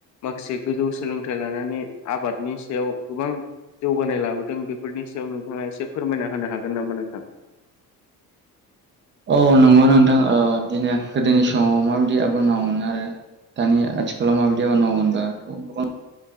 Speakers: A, on the left; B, on the right.
A: माखासे गोजौ सोलोंथाइ लानानै आबादनि सायाव गोबां जौगानाय लाबोदों बेफोरनि सायाव नोंथाङा एसे फोरमायना होनो हागोन नामा नोंथां
B: औ नंगौ नोंथां ओ बिदिनो गोदोनि समाव माबायदि आबाद मावोमोन आरो दानिया आथिखालाव माबायदि आबाद मावो होनबाथ' गोबां